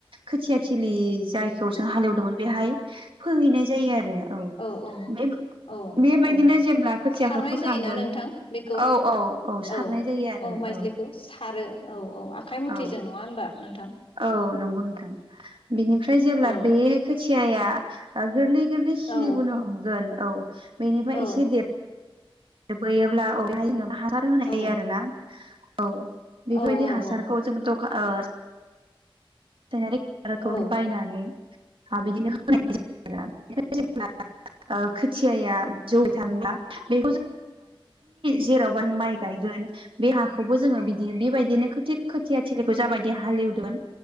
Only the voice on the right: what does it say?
खोथियाथिलि जायखौ जों हालेवदोंमोन बेहाय फोहैनाय जायो आरो औ
बे
बेबायदिनो
जेब्ला खोथियाखौ
फोखांगोन
औ औ सारनाय
जायो आरो
औ
औ नंगौ नोंथां बिनिफ्राय जेब्ला
बे खोथियाया ओ गोरलै गोरलै सिलिबोनो
होमगोन औ बेनिफाय
एसे देर फोयोब्ला औ बेहाय जोङो हासार होनाय
जायो आरो ना औ बेबायदि
हासारखौ
जों दखान ओ <unintelligible> खौ
बायनानै
<unintelligible> ओ खोथियाया <unintelligible> बै जेरावबा माइ गायगोन बे हाखौबो जोङो बिदि बेबायदिनो थिग खोथिया थिलिखौ जाबायदि हालेवगोन